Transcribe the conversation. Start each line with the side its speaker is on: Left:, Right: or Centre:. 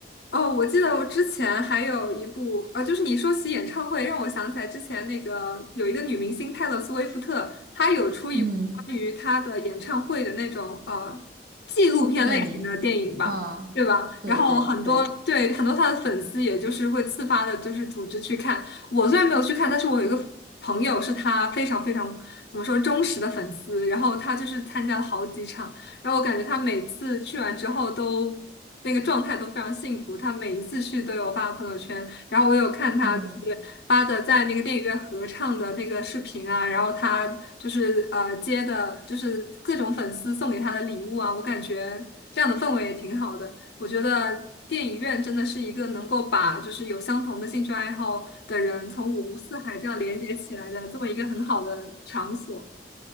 Left: 哦，我记得我之前还有一部啊，就是你说起演唱会，让我想起来之前那个有一个女明星泰勒·斯威夫特，她有出一部关于她的演唱会的那种呃纪录片类型的电影吧，
Right: 嗯电影啊，
Left: 对吧？
Right: 对对对，
Left: 然后很多对很多她的粉丝，也就是会自发的，就是组织去看。我虽然没有去看，但是我有一个朋友是她非常非常怎么说忠实的粉丝，然后她就是参加了好几场。然后我感觉他每次去完之后都那个状态都非常幸福，他每一次去都有发朋友圈，然后我有看他就是
Right: 嗯
Left: 发的在那个电影院合唱的那个视频啊，然后他就是呃接的就是各种粉丝送给他的礼物啊，我感觉这样的氛围也挺好的，我觉得。电影院真的是一个能够把就是有相同的兴趣爱好的人从五湖四海这样连接起来的这么一个很好的场所。